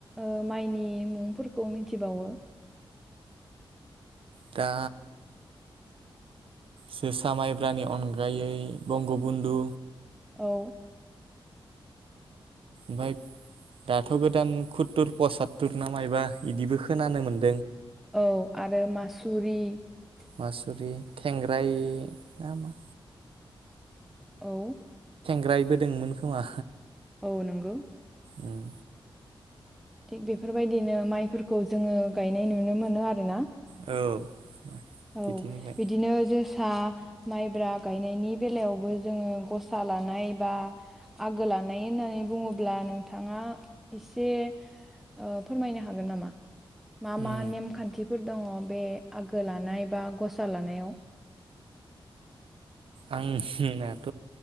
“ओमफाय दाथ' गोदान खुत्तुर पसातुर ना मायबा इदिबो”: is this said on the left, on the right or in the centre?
Right